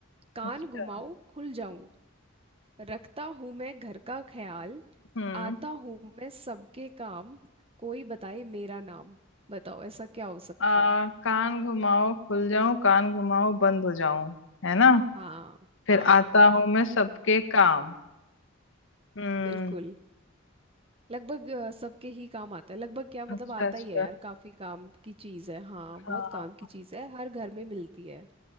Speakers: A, on the right; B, on the left.
A: कान
B: अच्छा
A: घुमाओ खुल जाऊं रखता हूँ मैं घर का ख्याल
B: हम्म
A: आता हूँ मैं सबके काम कोई बताए मेरा नाम बताओ ऐसा क्या हो सकता
B: आ,
A: है
B: कान घुमाओ खुल जाऊं कान घुमाओ बंद हो जाऊं है ना
A: हाँ
B: फिर
A: हाँ
B: आता हूं मैं सबके काम हम्म
A: बिल्कुल लगभग अ, सबके ही काम आता है लगभग क्या मतलब
B: अच्छा
A: आता
B: अच्छा
A: ही है यार काफी काम की चीज है हाँ बहुत
B: हाँ हाँ,
A: काम की चीज है हर घर में मिलती है